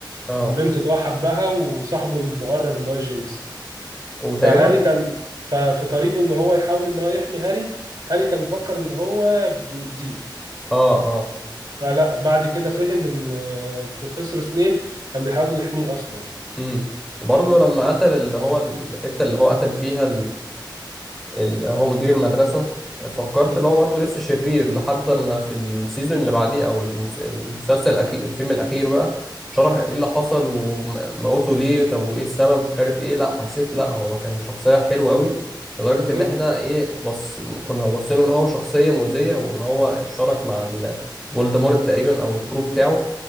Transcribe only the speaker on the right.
البنت اللي هو حبها وصاحبه المقرب اللي هو جيمس
فهاري كان ففي طريقه ان هو يحاول ان هو يحمي هاري هاري كان مفكر ان هو بيأذيه
فلا بعد كده فهم ان آه، بروفيسور سنيب كان بيحاول يحميه اصلا
مم.
مم.